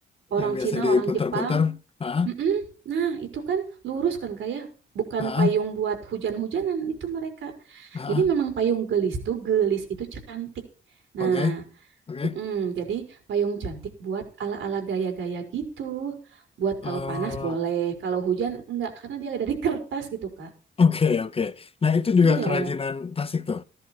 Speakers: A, on the right; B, on the left.
A: orang
B: Yang biasa
A: Cina,
B: diputar-putar.
A: orang Jepang.
B: Ah, ah,
A: Mm-mm. Nah, itu kan lurus kan kayak bukan
B: ah,
A: payung
B: ah,
A: buat hujan-hujanan itu mereka.
B: ah, ah.
A: Jadi memang payung gelis tuh gelis itu cantik. Nah,
B: Oke, oke.
A: Mm-mm, jadi payung cantik buat ala-ala gaya-gaya gitu. Buat
B: Eh,
A: kalau panas boleh, kalau hujan enggak karena dia dari kertas gitu, Kak.
B: oke, oke. Nah, itu juga
A: Iya.
B: kerajinan Tasik tuh.